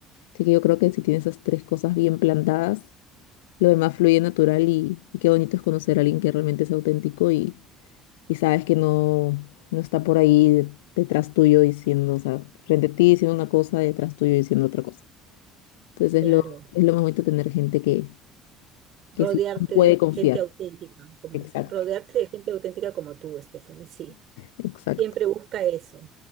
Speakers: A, on the left; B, on the right.
A: Así que yo creo que si tienes esas tres cosas bien plantadas, lo demás fluye natural y, y qué bonito es conocer a alguien que realmente es auténtico y, y sabes que no, no está por ahí de- detrás tuyo diciendo, o sea, frente a ti diciendo una cosa, detrás tuyo diciendo otra cosa. Entonces
B: claro.
A: es lo, es lo más bonito tener gente que,
B: Rodearte
A: que sí puede
B: de
A: confiar.
B: gente auténtica, como,
A: Exacto.
B: rodearte de gente auténtica como tú, Stephanie, sí.
A: Exacto.
B: Siempre busca eso,